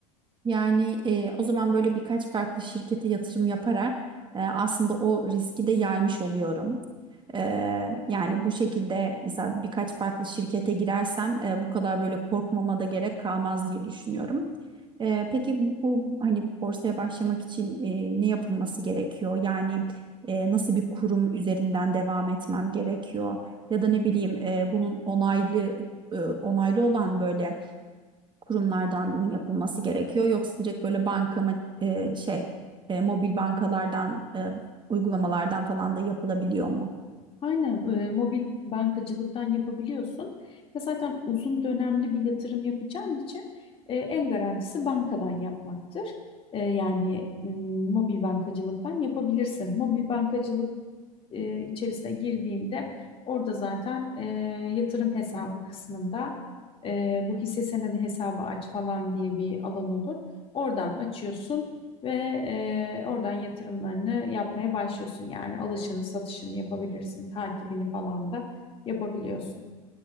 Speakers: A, on the right; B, on the left.
A: Yani e, o zaman böyle birkaç farklı şirkete yatırım yaparak e, aslında o riski de yaymış oluyorum. E, yani bu şekilde mesela birkaç farklı şirkete girersem e, bu kadar böyle korkmama da gerek kalmaz diye düşünüyorum. E, peki bu hani borsaya başlamak için e, ne yapılması gerekiyor? Yani e, nasıl bir kurum üzerinden devam etmem gerekiyor? Ya da ne bileyim e, bunun onaylı e, onaylı olan böyle kurumlardan mı yapılması gerekiyor yoksa direkt böyle banka mı e, şey e, mobil bankalardan e, uygulamalardan falan da yapılabiliyor mu?
B: Aynen e, mobil bankacılıktan yapabiliyorsun. Ya zaten uzun dönemli bir yatırım yapacağın için e, en garantisi bankadan yapmaktır. E, yani m, mobil bankacılıktan yapabilirsin. Mobil bankacılık e, içerisine girdiğinde orada zaten e, yatırım hesabı kısmında e, bu hisse senedi hesabı aç falan diye bir alan olur. Oradan açıyorsun ve e, oradan yatırımlarını yapmaya başlıyorsun. Yani alışını, satışını yapabilirsin, takibini falan da yapabiliyorsun.